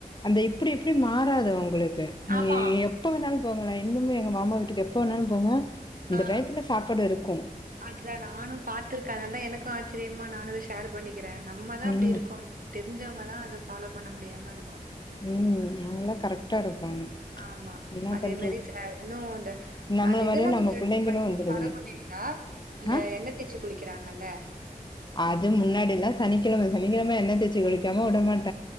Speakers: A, on the left; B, on the right.
A: அந்த இப்புடி இப்பு டி மாறாது ஒங்களுக்கு நீ
B: ஆமா.
A: எப்ப வேண்ணாலு போங்கநா இன்னுமே எங்க மாமா வீட்டுக்கு எப்ப போனாலு போங்க அந்த
B: ஆ
A: டயத்துல சாப்பாடு இருக்கு
B: அத்ல நானு பாத்துர்க்க அத்னால் தா எனக்கு ஆச் சிரியமா நானு அத ஷேர் பண்ணிக்கிறே நம்ம தா
A: ம்
B: இப்டி இருக்கோஎ தெர்ஞ்சவ்ங்கனா அத ஃபாலோ பண்ண முடியாம இருக்கோம்.
A: ம் அவுங்லா கரக்டா இருப்பாங்க
B: ஆமா
A: என்ன
B: அதே
A: பண்றது
B: மேரி ச இன்னு அந்த
A: நம்மள
B: அந்த
A: மாரியே
B: இதெல்லா
A: நம்ம
B: நீங்க எடுத்து
A: புள்ளைங்களு
B: பண்
A: வந்துடுதுங்க
B: ஃபாலோ பண்ணிங்க லா அந்த
A: ஆ
B: எண்ண தேச்சு குளிக்கிறாங்கல்ல
A: அது முன்னாடில்லா சனிக்கெழம சனிக்கெழம எண்ண தேச்சி குளிக்காம உடமாட்